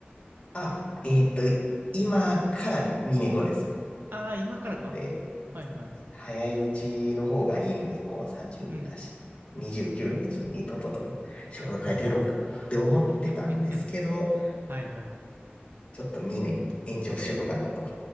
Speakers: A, on the left; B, on the right.
A: あ、えーっと、今から2年後です。
B: ああー、今からか。
A: なので、
B: はいはい。
A: 早いうちの方がいいんで、もう30だし、
B: うん、うん、
A: 29のうちにとっとと仕事変えてやろうって思ってたんですけど、
B: うん。<laughs> はいはい。
A: ちょっと2年延長しようかなと